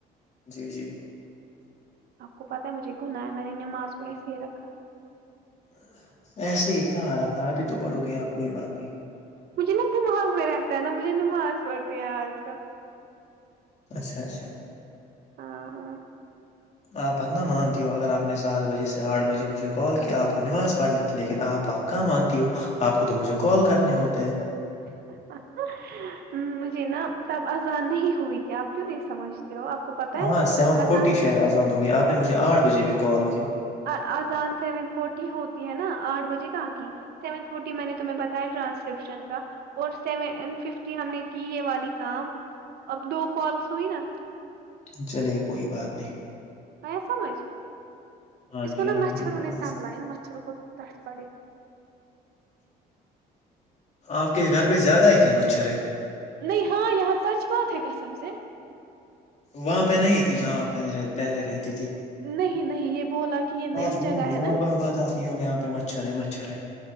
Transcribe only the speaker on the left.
جی جی
ایسے ہی کہارا کہ بھی تو پڑو گی آپ کو یہ بات نہیں
اچھا اچھا
آپ بدنا مانتی ہو اگر آپ نے سات بجے سے آٹھ بجے مجھے کال کیا آپ کو نماز پڑھ لیکن آپ آپ کا مانتی ہو آپ کو تو مجھے کال کرنے ہوتے ہیں
ہاں سیون
فورٹی شاید ازان ہو گئی آپ نے مجھے آٹھ بجے بھی کال کیا
چلیے کوئی بات نہیں
ہاں
جی ہاں
جی مجھے آ رہا
ہے۔
آپ
کے گھر
پہ زیادہ ہی کیا مچھر ہے
وہاں پہ نہیں تھی جہاں پہے پہلے رہتی تھی
آپ
میں ہزار
بار بات آتی ہ یہاں پہ مچھر ہے مچھر ہے